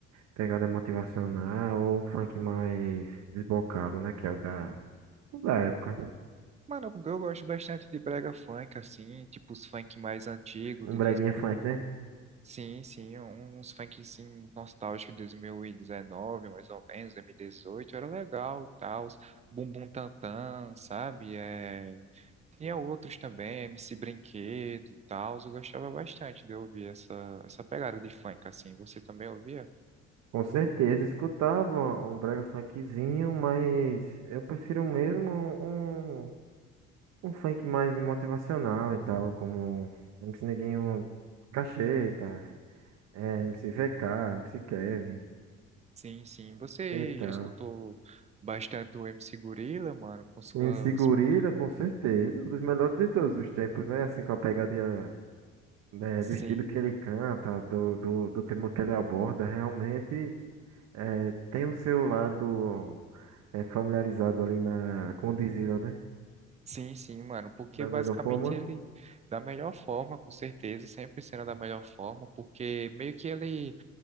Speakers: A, on the right; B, on the right.
A: pegada motivacional ou um funk mais desbocado, né? Que é o da, o da época.
B: Mano, eu gosto bastante de brega funk, assim, tipo os funk mais antigos,
A: Um
B: de
A: breguinha funk, né?
B: Sim, sim, um, uns funk assim, nostálgico de 2019, mais ou menos, 2018, era legal e tal. Bumbum Tantan, sabe? É... Tinha outros também, MC Brinquedo e tal. Eu gostava bastante de ouvir essa, essa pegada de funk, assim. Você também ouvia?
A: Com certeza, escutava um brega funkzinho, mas eu prefiro mesmo um um funk mais motivacional e tal, como MC Neguinho Cacheta, eh, MC VK, MC Kevin
B: Sim, sim. Você
A: e tal.
B: já escutou bastante o MC Gorila, mano, com suas.
A: MC Gorila, com certeza, um dos melhores de todos os tempos, né? Assim, com a pegada né,
B: Sim.
A: do estilo que ele canta, do, do, do tema que ele aborda, realmente é tem o seu lado é familiarizado ali na, com o Dizila, né?
B: Sim, sim, mano, porque
A: Da
B: basicamente
A: melhor forma.
B: ele, da melhor forma, com certeza, sempre sendo da melhor forma, porque meio que ele